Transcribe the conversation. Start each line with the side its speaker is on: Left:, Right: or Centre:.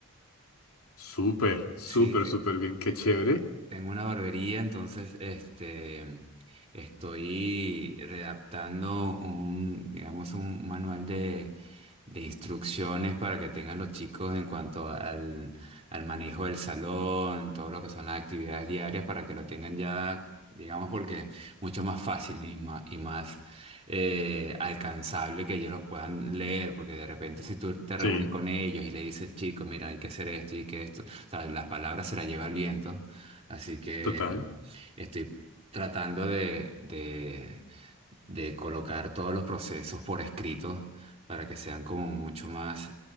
Left: Súper, súper,
Right: Sí, sí.
Left: súper bien. Qué chévere.
Right: Tengo una barbería, entonces este, estoy redactando un, digamos, un manual de, de instrucciones para que tengan los chicos en cuanto al, al manejo del salón, todo lo que son las actividades diarias, para que lo tengan ya, digamos, porque mucho más fácil y más, y más eh, alcanzable que ellos lo puedan leer, porque de repente si tú te reúnes
Left: Sí,
Right: con ellos y le dices, chicos, mira, hay que hacer esto y que esto, o sea, las palabras se las lleva el viento. Así que
Left: total.
Right: estoy tratando de, de, de colocar todos los procesos por escrito para que sean como mucho más,